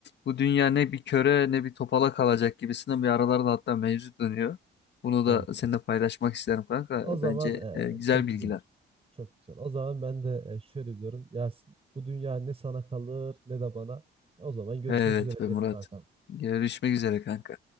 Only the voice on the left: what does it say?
Bu dünya ne bir köre ne bir topala kalacak gibisinden bir aralarda hatta mevzu dönüyor. Bunu
da seninle paylaşmak isterim kanka.
Bence e, güzel
bilgiler.
Evet
be
Murat.
Görüşmek üzere kanka.